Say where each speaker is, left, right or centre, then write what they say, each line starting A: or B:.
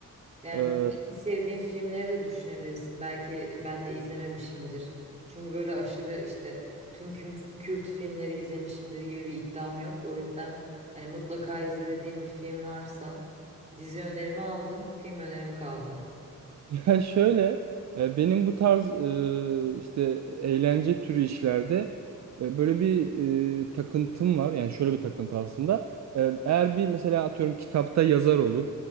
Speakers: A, on the right; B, on the right.
A: Yani
B: Ee,
A: böyle en sevdiğin filmleri de düşünebilirsin. Belki ben de izlememişimdir. Çünkü böyle aşırı işte tüm küm- kült filmleri izlemişimdir gibi bir iddiam yok. O yüzden hani mutlaka izle dediğim bir film varsa dizi önerimi aldım, film önerim kaldı.
B: Ya <laughs> şöyle e, benim bu tarz e, işte eğlence türü işlerde e, böyle bir e, takıntım var. Yani şöyle bir takıntı aslında. E, eğer bir mesela atıyorum kitapta yazar olur,